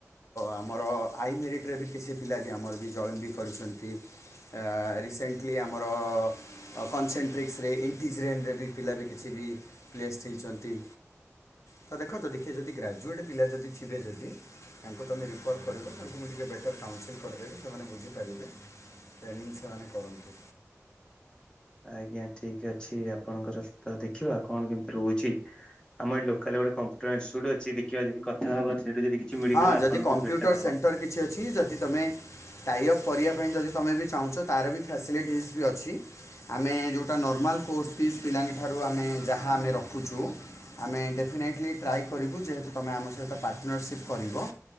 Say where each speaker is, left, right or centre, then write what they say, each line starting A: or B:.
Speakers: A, on the left; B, on the left.
A: ଆମର ଆଇ ମିରିଟ ରେ ବି କିଛି ପିଲା ବି ଆମର ବି ଜଏନ୍ ବି କରିଛନ୍ତି। ଆ ରିସେଣ୍ଟଲି ଆମର କନସେନଟ୍ରିକସରେ ଇଣ୍ଟିଜରେନରେ ବି ପିଲା ବି କିଛି ବି ପ୍ଲେଷ୍ଟ ହେଇଛନ୍ତି। ତ ଦେଖ ଯଦି କିଏ ଯଦି ଗ୍ରାଜୁଏଟ୍ ପିଲା ଯଦିଥିବେ ଯଦି ତାଙ୍କୁ ତୁମେ ରିଫର୍ କରିବ ତାଙ୍କୁ ମୁଁ ଟିକେ ବେଟର କାଉନସିଲ୍ କରିଦେବି ସେମାନେ ବୁଝିପାରିବେ। ଟ୍ରେନିଂ ସେମାନେ କରନ୍ତୁ।
B: ଆଜ୍ଞା ଠିକ ଅଛି ଆପଣଙ୍କର ତ ଦେଖିବା କଣ କେମିତି ରହୁଛି। ଆମ ଏଠି ଲୋକାଲାରେ କମ୍ପୁଟର ଇନସୁଟ ଅଛି ଦେଖିବା ଯଦି କଥା ହବା ସେଇଠୁ ଯଦି କିଛି ମିଳିଗଲା
A: ହଁ ଯଦି
B: ଆପଣ
A: କମ୍ପ୍ୟୁଟର
B: ଙ୍କୁ ବେଟର
A: ସେଣ୍ଟର
B: ହବ।
A: କିଛି ଅଛି ଯଦି ତମେ ଟାଇଅପ୍ କରିବା ପାଇଁ ଯଦି ତମେ ବି ଚାହୁଁଛ ତାର ବି ଫ୍ୟାସିଲିଟିଜ ବି ଅଛି। ଆମେ ଯଉଟା ନର୍ମାଲ୍ କୋର୍ସ ଫିସ୍ ପିଲାଙ୍କ ଠାରୁ ଆମେ ଯାହା ଆମେ ରଖୁଛୁ ଆମେ ଡେଫିନାଇଟଲି ଟ୍ରାଏ କରିବୁ ଯେହେତୁ ତମେ ଆମ ସହିତ ପାର୍ଟନରସିପ୍ କରିବ